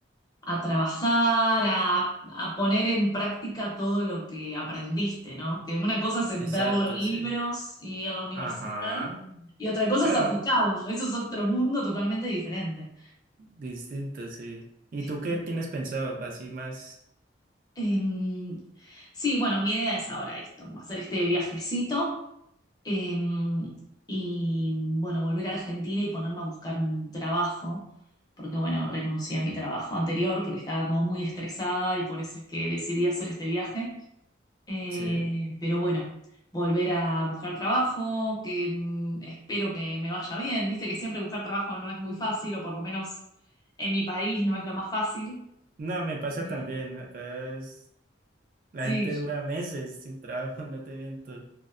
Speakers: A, on the left; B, on the right.
A: a trabajar, a, a poner en práctica todo lo que aprendiste, ¿no? Que una cosa es
B: Exacto,
A: verlo en Claro. libros
B: sí.
A: y en la universidad,
B: Ajá.
A: y otra cosa
B: Claro,
A: es aplicarlo. Eso es otro mundo totalmente diferente.
B: distinto, sí. ¿Y
A: Este,
B: tú qué tienes pensado? Así más,
A: em, sí, bueno, mi idea es ahora esto, como hacer este viajecito. Em, y bueno, volver a Argentina y ponerme a buscar un trabajo, porque bueno, renuncié a mi trabajo anterior porque estaba como muy estresada y por eso es que decidí hacer este viaje. Eh,
B: sí.
A: pero bueno, volver a buscar trabajo, que mm, espero que me vaya bien. Viste que siempre buscar trabajo no es muy fácil, o por lo menos en mi país no es lo más fácil.
B: No, me pasa
A: Eh,
B: también. Acá es- la
A: sí,
B: gente dura meses sin trabajo, <laughs> no te miento.